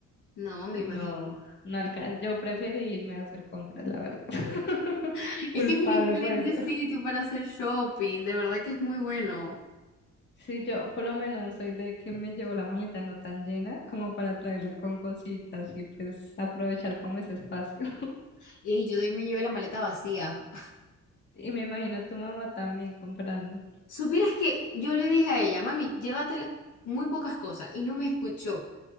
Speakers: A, on the left; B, on the left.
A: No, me
B: y
A: imagino.
B: no, no alcancé. Yo preferí irme a hacer compras, la verdad. <laughs>
A: <laughs> Es
B: Culpable
A: que es un excelente
B: por eso.
A: sitio para hacer shopping, de verdad que es muy bueno.
B: Sí, yo por lo menos soy de que me llevo la maleta no tan llena como para traerla con cositas y pues aprovechar como ese espacio. <laughs>
A: Y yo de ahí me llevé la maleta vacía.
B: Y me imagino tu mamá también comprando.
A: <laughs> Supieras que yo le dije a ella, mami, llévate muy pocas cosas y no me escuchó.